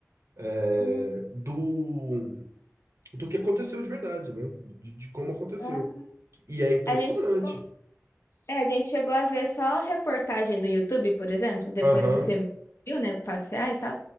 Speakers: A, on the right; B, on the left.
A: é,
B: Hum,
A: do, do que aconteceu de verdade, né? De, de como aconteceu.
B: ah.
A: E é impressionante.
B: A gente, chegou- é, a gente chegou a ver só reportagem do YouTube, por exemplo, depois
A: Aham,
B: do filme, que viu, né? Fatos reais e tal.